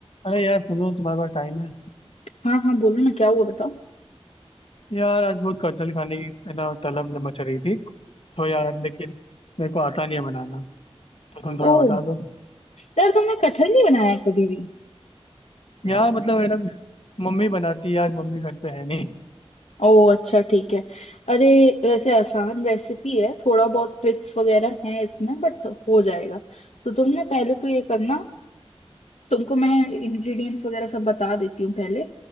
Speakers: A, on the left; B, on the left.
A: अरे यार सुनो तुम्हारे पास टाइम है
B: हाँ हाँ बोलो ना क्या हुआ बताओ
A: यार आज बहुत कटहल खाने की है ना तलब मच रही थी तो यार लेकिन मेरे को आता नहीं है बनाना तो तुम थोड़ा
B: ओह
A: बता दो
B: यार तुमने कटहल नहीं बनाया है कभी भी
A: यार मतलब है ना मम्मी बनाती है आज मम्मी घर पे है नहीं
B: ओह अच्छा ठीक है अरे वैसे आसान रेसिपी है थोड़ा बहुत ट्रिक्स वगैरह है इसमें बट हो जाएगा तो तुम ना पहले तो ये करना तुमको मैं इंग्रेडिएंट्स वगैरह सब बता देती हूँ पहले